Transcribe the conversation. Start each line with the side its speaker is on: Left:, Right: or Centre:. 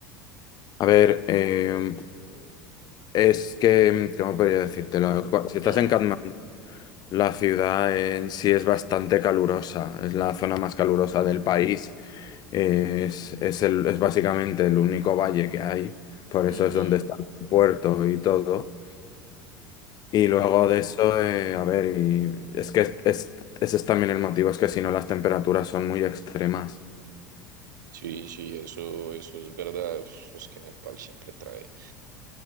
Left: A ver, eh, es que, ¿cómo podría decírtelo? Cu- Si estás
Right: Mm,
Left: en Katmandú, la ciudad en sí es bastante calurosa, es la zona más calurosa del país, eh, es, es, el- es básicamente el único valle que hay, por
Right: ujú.
Left: eso es donde está el puerto y todo. Y luego de eso, eh, a ver, y es que es- es- ese es también el motivo, es que si no las temperaturas son muy extremas.
Right: Sí, sí, eso, eso es verdad. Uf, es que Nepal siempre trae.